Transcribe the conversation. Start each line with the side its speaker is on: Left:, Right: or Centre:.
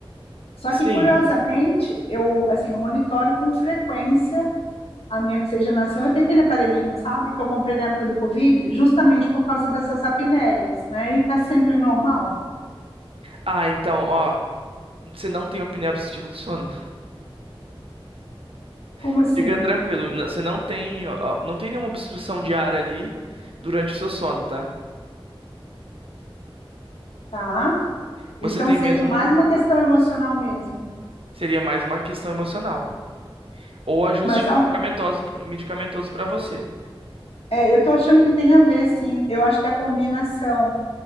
Left: Só
Right: Sim.
Left: que, curiosamente, eu, assim, eu monitoro com frequência a minha oxigenação, eu tenho aquele aparelhinho, sabe, que eu comprei na época do Covid, justamente por causa dessas apneias, né? E tá sempre normal.
Right: Ah, então, ó, você não tem apneia obstrutiva do sono.
Left: Como
Right: <laughs>
Left: assim?
Right: Fica tranquilo, n- você não tem, ó, não tem nenhuma obstrução de ar ali durante o seu sono, tá?
Left: Tá?
Right: Você
Left: Então
Right: tem
Left: seria
Right: mesmo,
Left: mais uma questão emocional mesmo.
Right: seria mais uma questão emocional. Ou ajuste
Left: Mas ó,
Right: medicamentoso, medicamentoso para você.
Left: é, eu tô achando que tem a ver, sim. Eu acho que a combinação